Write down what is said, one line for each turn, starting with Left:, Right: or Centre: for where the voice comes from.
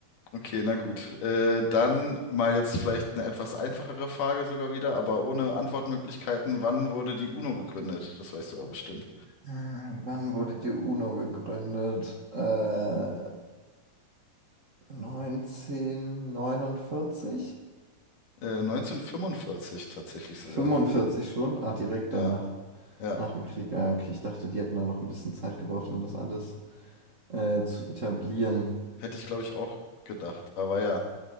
Left: okay, na gut. Äh, dann mal jetzt vielleicht eine etwas einfachere Frage sogar wieder, aber ohne Antwortmöglichkeiten. Wann wurde die UNO gegründet? Das weißt du aber bestimmt.
Right: äh, wann wurde die UNO gegründet? Äh, 1949?
Left: Äh, 1945 tatsächlich sogar.
Right: 45 schon? Ah, direkt
Left: Ja,
Right: danach.
Left: ja.
Right: Nach dem Krieg. Ah, okay, ich dachte, die hätten da noch ein bisschen Zeit gebraucht, um das alles äh, zu etablieren.
Left: Hätte ich, glaube ich, auch gedacht. Aber ja,